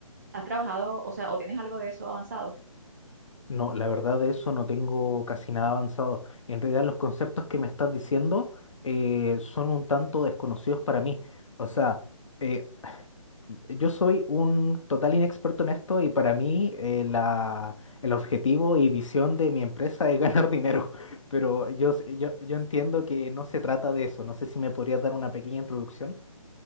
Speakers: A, on the right (about 30°); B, on the left (about 60°).
A: ¿Has trabajado, o sea, o tienes algo de eso avanzado?
B: No, la verdad de eso no tengo casi nada avanzado. En realidad los conceptos que me estás diciendo eh, son un tanto desconocidos para mí. O sea, eh, yo soy un total inexperto en esto y para mí eh, la, el objetivo y visión de mi empresa es ganar dinero, <laughs> pero yo, s- yo, yo entiendo que no se trata de eso. No sé si me podrías dar una pequeña introducción.